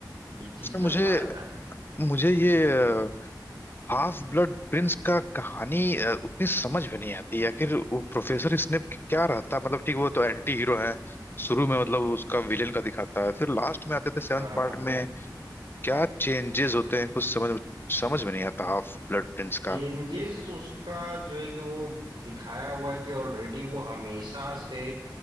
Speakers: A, on the right (about 80°); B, on the left (about 30°).
A: ये चीज
B: मुझे
A: चलता रहता है
B: मुझे ये हाफ ब्लड प्रिंस का कहानी अ, उतनी समझ में नहीं आती आखिर वो प्रोफेसर स्नेप क्या रहता मतलब ठीक वो तो एंटी हीरो है शुरू में मतलब उसका विलेन का दिखाता है फिर लास्ट में आते थे सेवन्थ
A: हाँ
B: पार्ट में क्या चेंजेस होते हैं कुछ समझ समझ में नहीं आता हाफ ब्लड प्रिंस का
A: चेंजेस उसका जो है कि वो दिखाया हुआ है कि ऑलरेडी वो हमेशा से